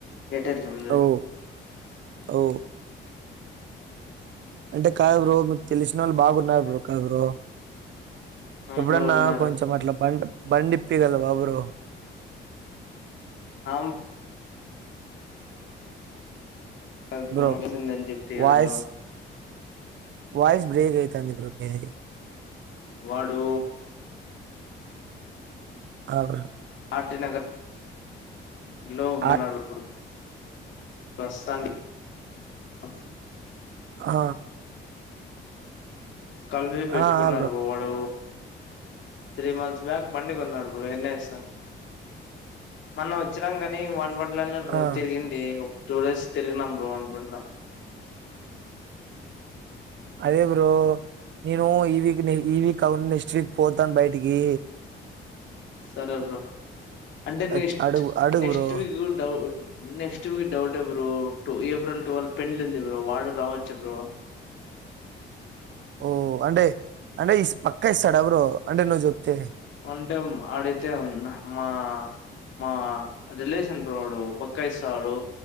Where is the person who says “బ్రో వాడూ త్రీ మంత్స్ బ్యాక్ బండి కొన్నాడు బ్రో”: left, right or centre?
Left